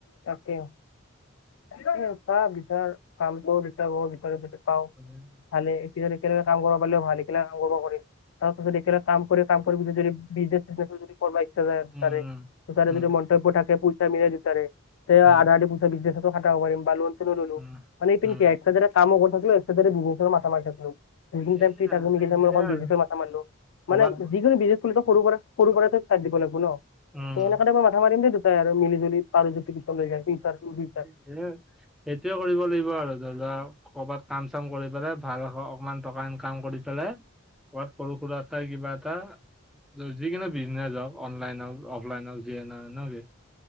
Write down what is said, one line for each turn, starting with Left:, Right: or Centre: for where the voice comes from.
Left: তাকে। তাকে অ' চা বিচাৰ কাম টো বিচাৰ মও বিচাৰো যদি পাওঁ,
Centre: উম
Left: ভালে। পিছত একেলগে কাম কৰিব পাৰলে ভাল একেলগ কাম কৰিব নোৱাৰি তাৰপিছত একেলগে কাম কৰি কাম কৰি পিছত যদি বিজনে চিজনেজ যদিকৰবা ইচ্ছা যায়
Centre: উম
Left: তাৰে, ত' তাৰে
Centre: উম
Left: যদি মন্তব্য থাকে <unintelligible> মিলাই বিছাৰে সেয়া
Centre: উম
Left: আধা আধি পইচা বিজনেজতো খাটাব পাৰিম বা লোন চোনো ল'লো
Centre: উম
Left: মানে এই পিন
Centre: উম
Left: কেৰেকটাৰ গিতা কামো কৰি থাকলো, একটা ছাইদে বিজনেচৰো মাথ মাথা মাৰি থাকলো যি খিন টাইম
Centre: এয়া
Left: ফ্ৰিৰ থাকিলো সেইকন
Centre: সেইয়াই
Left: টাইম বিজনিজত
Centre: আৰু
Left: মাথা মাৰিলো,
Centre: কৰ'বাত
Left: মানে যিকোনো বিজনেজ পুলি ত সৰু পৰা সৰু পৰা তে চাই দিব লাগিব ন'।
Centre: উম
Left: সে সেনাখনে মই মাথা মাৰিম দেই দুটাই আৰু মিলি জুলি পাৰো যদি পিছলৈ, তিন চাৰ দিন <unintelligible>
Centre: হে সেইটোয়ে কৰিব লাগিব আৰু যদি ধৰি লোৱা কৰ'ৰবাত কাম চাম কৰি পেলাই ভাল হ অকমান টকা ইনকাম কৰি পেলাই, কবাত সৰু সুৰা চাই কিবা এটা ধৰ যিকোনো বিজনেছ হওঁক, অনলাইন হওঁক অফলাইন হওঁক যিয়ে নহওঁক না কি?